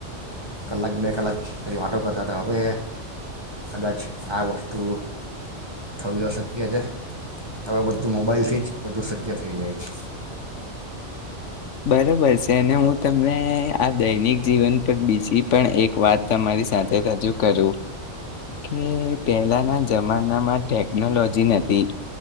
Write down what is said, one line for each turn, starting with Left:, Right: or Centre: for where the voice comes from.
Right: કલાક બે કલાક ફરી વાટો કરતા હતા હવે કદાચ આ વસ્તુ થવી અશક્ય છે હવે બધુ મોબાઈલ થી જ બધુ શક્ય થઈ જાય છે
Left: બરોબર છે તેને હું તમને આ દૈનિક જીવન પર બીજી પણ એક વાત તમારી સાથે રજુ કરુ કે પહેલાના જમાનામા ટેકનોલોજી નથી